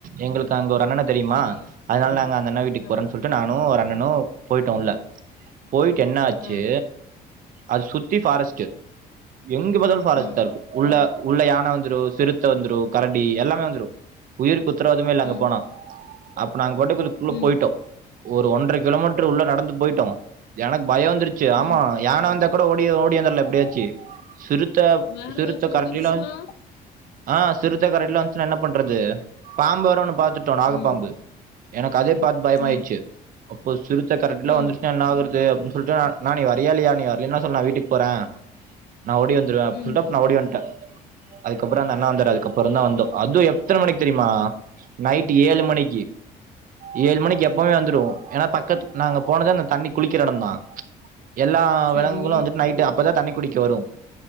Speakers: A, on the right; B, on the left.
A: எங்களுக்கு அங்க ஒரு அண்ணன தெரியுமா
B: சரி.
A: அதனால நாங்க அந்தண்ணா வீட்டுக்கு
B: அ.
A: போறன் சொல்லி ட்டு நானும் ஒரு அண்ணனும் போயிட்டோம் உள்ள போயிட்டு என்னா ஆச்சு
B: அ.
A: அது சுத்தி ஃபாரஸ்ட் எங்க பாத்தாலு ஃபாரஸ்
B: ம்.
A: உள்ள உள்ள யான வந்துரு சிறுத்த வந்துரு கரடி எல்லாமே வந்துரு உயிருக்கு குத்தரவாதமே இல்ல அங்க
B: ம்.
A: போனா அப்ப நாங்க போட்டதுக்குள்ள
B: ம்.
A: போயிட்டோம் ஒரு ஒன்ற கிலோமீட்டர் உள்ள நடந்து போயிட்டோம் எனக்கு பயம் வந்துருச்சு
B: ம்.
A: ஆமா யானை வந்தா கூட ஓடி ஓடி யந்துரலா எப்படியாச்சு சிறுத்த
B: வேற
A: சிறுத்த
B: ஏதாச்சும் வந்துருச்சுன்னா?
A: கரடிலாம் ஆ சிறுத்த கரடியிலா வந்துச்சுன்னா என்ன பண்றது பாம்பு வேற ஒன்னு பாத்துட்டோம் நாகப்பாம்பு
B: ம்.
A: எனக்கு அதே பாத்து பயமாயிச்சு
B: ஆ.
A: அப்போ சிறுத்த கரடில்லாம்
B: ம்.
A: வந்துருச்சுன்னா என்ன ஆகுறது அப்படின் சொல்லிட்டு நா ன்னா நீ வரியா இலையா நீ வரலைன்ன சொல்லு நான் வீட்டுக்கு போறன் நான் ஓடி வந்துடுவேன் அப்படின்
B: ம்.
A: சொல்லிட்டு அப்ப நா ஓடி வந்துட்டே அதுக்கப்புறம் அந்த அண்ணா வந்தாரு அதுக்கப்புறம தான் வந்தம் அதுவும் எத்தன மணிக்கு தெரியுமா நைட் ஏழு மணிக்கு ஏழு மணிக்கு எப்பவுமே வந்துருவோம் ஏன்னா பக்கத்து நாங்க போனத அந்த தண்ணி குளிக்கிற எடந்தான் எல்லா
B: சரி.
A: விலங்குகளும் வந்துட்டு நைட்டு அப்பதா தண்ணி குடிக்க வரும்